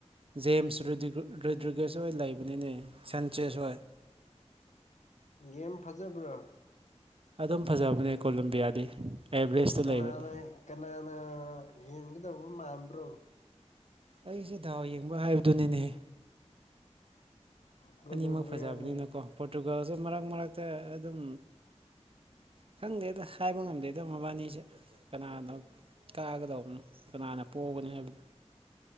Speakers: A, on the right; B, on the left.
A: ꯖꯦꯝꯁ ꯔꯤꯗ꯭ꯔꯤꯒꯨꯠ ꯔꯤꯗ꯭ꯔꯤꯒꯦꯁꯍꯣꯏ ꯂꯩꯕꯅꯤꯅꯦ ꯁꯟꯆꯦꯁ ꯍꯣꯏ
B: ꯒꯦꯝ ꯐꯖꯕ꯭ꯔꯥ
A: ꯑꯗꯨꯝ ꯐꯖꯕꯅꯦ ꯀꯣꯂꯝꯕꯤꯌꯥꯗꯤ ꯑꯦꯚꯔꯦꯖꯇ
B: ꯀꯅꯥꯅ
A: ꯂꯩꯕꯅꯦ
B: ꯀꯅꯥꯅ ꯌꯦꯟꯒꯗꯧꯕ ꯃꯥꯟꯕ꯭ꯔꯣ
A: ꯑꯩꯁꯦ ꯗꯥꯎ ꯌꯦꯡꯕ ꯍꯥꯏꯕꯗꯨꯅꯤꯅꯦ
B: ꯀꯣꯂꯣꯕꯤꯌꯥꯅ
A: ꯑꯅꯤꯃꯛ ꯐꯖꯕꯅꯤꯅꯀꯣ ꯄꯣꯔꯇꯨꯒꯥꯜꯁꯨ ꯃꯔꯛ ꯃꯔꯛꯇ ꯑꯗꯨꯝ ꯈꯪꯗꯦ ꯑꯗ ꯍꯥꯏꯕ ꯉꯝꯗꯦꯗꯣ ꯃꯕꯥꯅꯤꯁꯦ ꯀꯅꯥꯅꯣ ꯀꯥꯒꯗꯧ ꯎꯝ ꯀꯅꯥꯅ ꯄꯣꯛꯒꯅꯤ ꯍꯥꯏꯕ